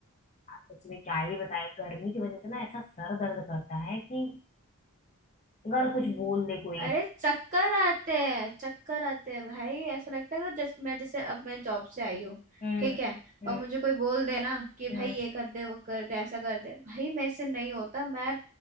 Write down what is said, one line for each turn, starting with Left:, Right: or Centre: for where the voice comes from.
Left: सच में क्या ही बताए गर्मी की वजह से ना ऐसा सर दर्द करता है कि अगर कुछ बोल दे कोई
Right: अरे चक्कर आते हैं चक्कर आते हैं भाई ऐसा लगता है कि जैसे मैं जैसे अब मैं जॉब से आई हूँ
Left: हम्म
Right: ठीक है
Left: हम्म
Right: और मुझे कोई बोल देना कि भाई
Left: हम्म
Right: ये कर दे वो कर दे ऐसा कर दे भाई मेरे से नहीं होता मैं